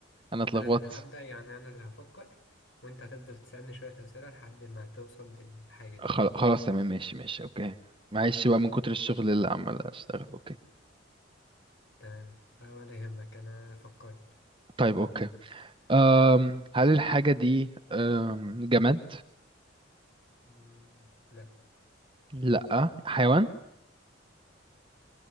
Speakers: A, on the right; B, on the left.
A: انا اتلخبطت
B: انا اللي هبدأ يعني انا اللي هفكر وانت هتفضل تسألني شوية اسئلة لحد ما توصل للحاجة دي
A: خل- خلاص تمام ماشي ماشي اوكي معلش بقى من كتر الشغل اللي عمال اشتغل اوكي
B: تمام آه، ولا يهمك انا فكرت
A: طيب اوكي أم هل الحاجه دي أم جماد
B: مم، لا
A: لا حيوان